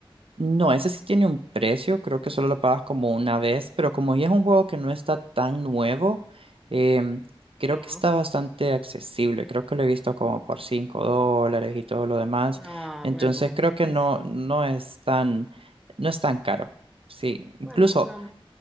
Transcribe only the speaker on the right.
No, ese sí tiene un precio, creo que solo lo pagas como una vez, pero como ya es un juego que no está tan nuevo, em, creo
que está bastante accesible. Creo que lo he visto como por 5 dólares y todo lo demás.
Entonces
creo que
no, no es tan, no es tan caro. Sí, incluso.